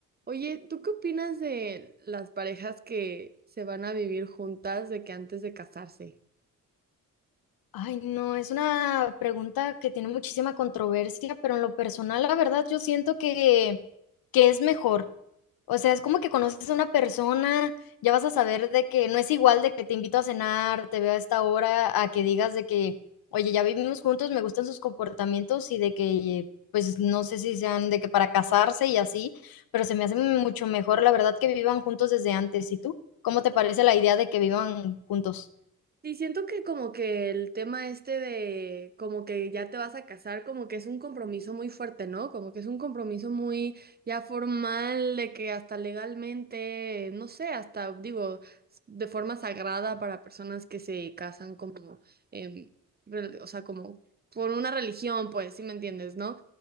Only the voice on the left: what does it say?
Ay, no, es una pregunta que tiene muchísima controversia, pero en lo personal, la verdad, yo siento que que es mejor. O sea, es como que conoces a una persona, ya vas a saber de que no es igual de que te invito a cenar, te veo a esta hora, a que digas de que: "Oye, ya vivimos juntos, me gustan sus comportamientos", y de que, pues, no sé si sean de que para casarse y así, pero se me hace mucho mejor, la verdad, que vivan juntos desde antes, ¿y tú? ¿Cómo te parece la idea de que vivan juntos?